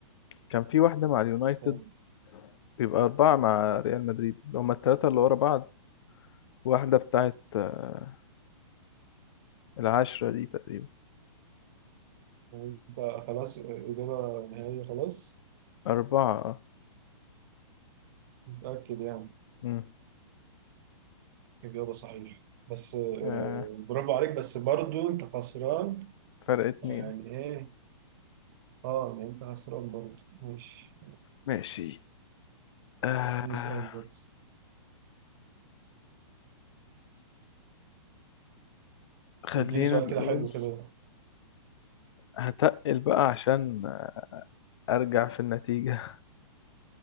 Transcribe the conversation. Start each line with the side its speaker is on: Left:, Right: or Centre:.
Left: كان في واحدة مع اليونايتد
Right: تمام.
Left: بيبقى أربعة مع ريال مدريد اللي هما التلاتة اللي ورا بعض واحدة بتاعت آه، العشرة دي تقريبا
Right: ويبقى خلاص آه، إجابة نهائية خلاص
Left: أربعة اه
Right: متأكد يعني
Left: مم.
Right: إجابة صحيحة بس آه،
Left: آه،
Right: برافو عليك بس برضو أنت خسران
Left: فرق اتنين
Right: يعني إيه أه يعني أنت خسران برضو ماشي
Left: ماشي آه
Right: اديني سؤال برضه
Left: خلينا
Right: اديني سؤال
Left: نقول
Right: كده حلو كده
Left: هتقل بقى عشان أرجع في النتيجة